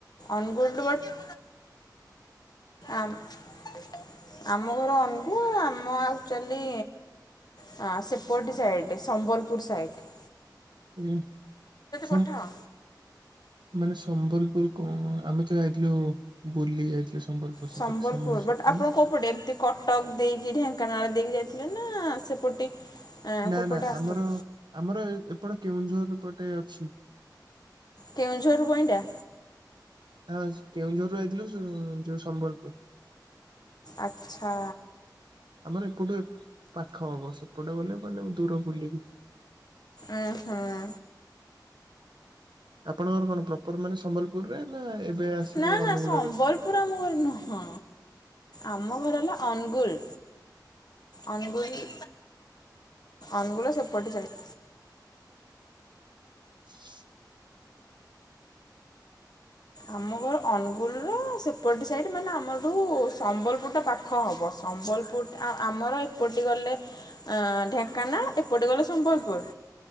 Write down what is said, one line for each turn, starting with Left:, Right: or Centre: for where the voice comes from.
Left: ଅନୁଗୁଳରୁ ବଟ ଆମ ଆମ ଘର ଅନୁଗୁଳ। ଆମ ଆକ୍ଚୁଆଲି ହଁ ସେପଟ ସାଇଡରେ ସମ୍ବଲପୁର ସାଇଟ।
Right: ହୁଁ ସମ
Left: ପଠାଅ।
Right: ମାନେ ସମ୍ବଲପୁର କଣ ଆମେ ତ ଯାଇଥିଲୁ ବୁଲି ଯାଇଥିଲୁ ସମ୍ବଲପୁର।
Left: ସମ୍ବଲପୁର
Right: ସେପଟେ ସମଲେଶ୍ୱର
Left: ବଟ
Right: ତମେ
Left: ଆପଣ କୋଉ ପଟେ? କଟକ ଦେଇକି ଢେଙ୍କାନାଳ ଦେଇକି ଯାଇଥିଲେ ନା ସେପଟେ?
Right: ନା
Left: କୋଉପଟେ
Right: ନା
Left: ଆସିଥିଲେ
Right: ଆମର ଆମର ଏପଟ କେଉଁଝର ପଟେ ଅଛି।
Left: କେଉଁଝର ରୁ ବଇଣ୍ଡା?
Right: ହାଁ କେଉଁଝର ରୁ ଯାଇଥିଲୁ ଯଉ ସମ୍ବଲପୁର
Left: ଆଚ୍ଛା।
Right: ଆମର ଏପଟୁ ପାଖ ହବ ସେପଟେ ଗଲେ ମାନେ ଦୂର ବୁଲିକି
Left: ଆଁ ହାଁ।
Right: ଆପଣଙ୍କର କଣ ପ୍ର ପ୍ରପର ମାନେ ସମ୍ବଲପୁରରେ ନା ଏବେ ଆସିକି
Left: ନା
Right: ଅନୁଗୁଳ
Left: ନା ସମ୍ବଲପୁର
Right: ରହୁ
Left: ଆମ ଘର ନୁହଁ। ଆମ ଘର ହେଲା ଅନୁଗୁଳ, ଅନୁଗୁଳ ଅନୁଗୁଳ ର ସେପଟ ସାଇଟ।
Right: <unintelligible>
Left: ଆମ ଘର ଅନୁଗୁଳର ସେପଟ ସାଇଡ ମାନେ ଆମରଠୁ ସମ୍ବଲପୁରଟା ପାଖ। ପାଖ ହବ ସମ୍ବଲପୁର ଆମର ଏପଟି ଗଲେ ଆ ଢେଙ୍କାନାଳ ଏପଟେ ଗଲେ ସମ୍ବଲପୁର